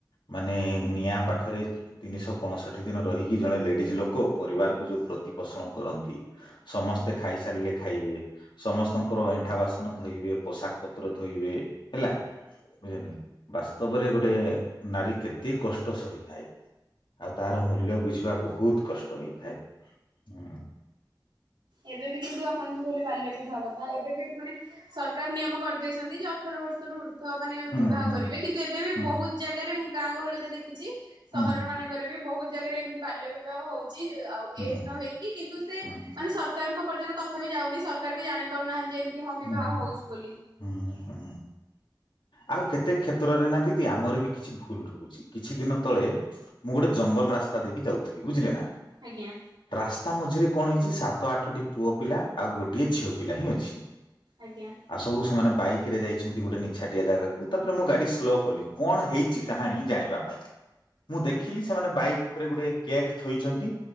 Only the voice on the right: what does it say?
ଆଜ୍ଞା।
ଏବେ ବି କିନ୍ତୁ ଆପଣ ଯଦି କହିଲେ ବାଲ୍ୟ ବିବାହ କଥା ଏବେ ବି ମାନେ ସରକାର ନିୟମ କରିଦେଇଛନ୍ତି ଯେ ଅଠର ବର୍ଷରୁ ଥ ମାନେ
ବିବାହ
କରିବେ କିନ୍ତୁ ଏବେ ବି
ବହୁତ ଜାଗାରେ ମୁଁ ଗାଁ ଗହଳିରେ ଦେଖିଛି
ସହର ମାନଙ୍କରେ ବି ବହୁତ ଜାଗାରେ ଏମିତି ବାଲ୍ୟ ବିବାହ ହଉଛି ଆଉ
ଏଜ ନ ହେଇକି କି କିନ୍ତୁ ସେ
ମାନେ ସରକାରଙ୍କ ପର୍ଯ୍ୟନ୍ତ କଥା ବି ଯାଉନି ସରକାର ବି ଜାଣି ପାରୁନାହାନ୍ତି ଯେ ଦି ହଁ ବିବାହ
ହଉଛି ବୋଲି।
ଆଜ୍ଞା
ଆଜ୍ଞା।
ଆଜ୍ଞା।